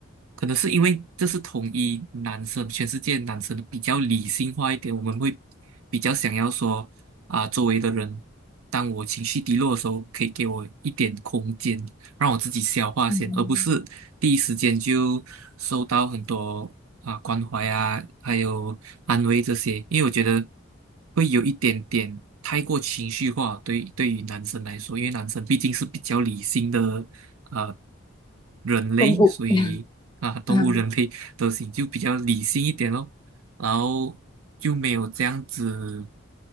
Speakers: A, on the right (about 80°); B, on the left (about 20°).
A: 可能是因为这是统一男生，全世界男生比较理性化一点，我们会比较想要说啊、周围的人，当我情绪低落的时候，可以给我一点空间，让我自己消化先，
B: 嗯，
A: 而不是第一时间就收到很多啊关怀啊，还有安慰这些，因为我觉得会有一点点太过情绪化，对对于男生来说，因为男生毕竟是比较理性的呃人类，
B: 动物
A: 所以啊动物人类德行就比较理性一点咯，
B: 啊，<laughs>
A: 然后就没有这样子。